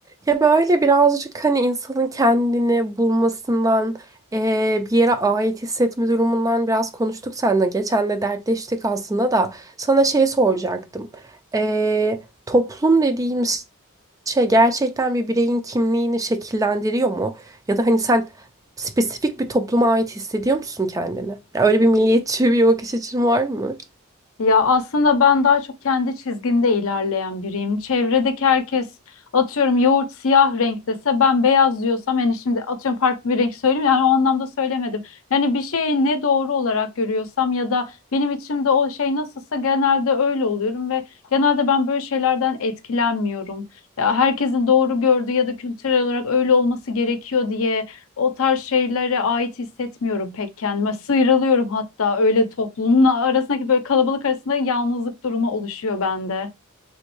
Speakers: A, on the right (about 15°); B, on the left (about 65°).
A: Ya böyle birazcık hani insanın kendini bulmasından, eee, bir yere ait hissetme durumundan biraz konuştuk seninle. Geçen de dertleştik aslında da. Sana şey soracaktım. Eee, toplum dediğimiz şey gerçekten bir bireyin kimliğini şekillendiriyor mu? Ya da hani sen spesifik bir topluma ait hissediyor musun kendini? Ya öyle bir milliyetçi bir bakış açın var mı?
B: Ya aslında ben daha çok kendi çizgimde ilerleyen biriyim. Çevredeki herkes atıyorum yoğurt siyah renk dese ben beyaz diyorsam yani şimdi atıyorum farklı bir renk söyleyeyim yani o anlamda söylemedim. Yani bir şeyi ne doğru olarak görüyorsam ya da benim içimde o şey nasılsa genelde öyle oluyorum ve genelde ben böyle şeylerden etkilenmiyorum. Ya herkesin doğru gördüğü ya da kültürel olarak öyle olması gerekiyor diye o tarz şeylere ait hissetmiyorum pek kendime. Sıyrılıyorum hatta öyle toplumla arasındaki böyle kalabalık arasında yalnızlık durumu oluşuyor bende.